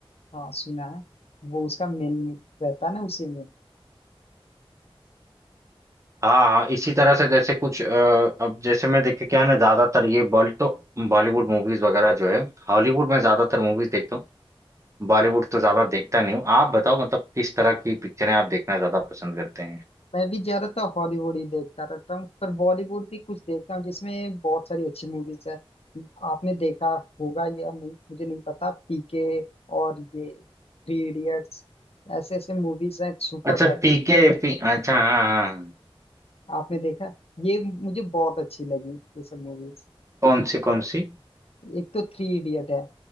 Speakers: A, on the left (about 80°); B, on the right (about 30°).
A: हाँ सुना है वो उसका मेन रहता है ना उसी में
B: हाँ हाँ इसी तरह से जैसे कुछ अ, अब जैसे मैं देखे क्या है ना ज्यादातर ये बॉली तो बॉलीवुड मूवीज वगैरह जो है हॉलीवुड में ज्यादातर मूवीज देखता हूँ बॉलीवुड तो ज्यादा देखता नहीं हूँ आप बताओ मतलब किस तरह की पिक्चरें आप देखना ज्यादा पसंद करते हैं
A: मैं भी ज्यादातर हॉलीवुड ही देखता रहता हूँ पर बॉलीवुड भी कुछ देखता हूँ जिसमें बहुत सारी अच्छी मूवीज है आपने देखा होगा या नहीं मुझे नहीं पता पीके और ये थ्री इडियट्स ऐसे ऐसे मूवीज हैं सुपर
B: अच्छा पीके पी अच्छा हाँ हाँ हाँ।
A: आपने देखा ये मुझे बहुत अच्छी लगी ये सब मूवीज
B: कौन सी कौन सी
A: एक तो थ्री इडियट है